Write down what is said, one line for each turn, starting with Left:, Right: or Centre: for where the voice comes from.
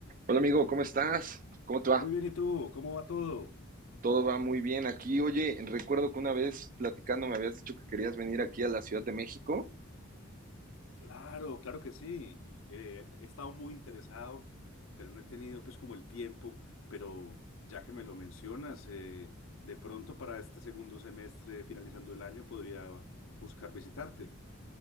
Right: Hola amigo, ¿cómo estás? ¿Cómo te va?
Left: Muy bien, ¿y tú? ¿Cómo va todo?
Right: Todo va muy bien aquí. Oye, recuerdo que una vez platicando me habías dicho que querías venir aquí a la Ciudad de México.
Left: Claro, claro que sí. Eh, he estado muy interesado, pero no he tenido pues como el tiempo, pero ya que me lo mencionas, eh, de pronto para este segundo semestre, finalizando el año, podría buscar visitarte.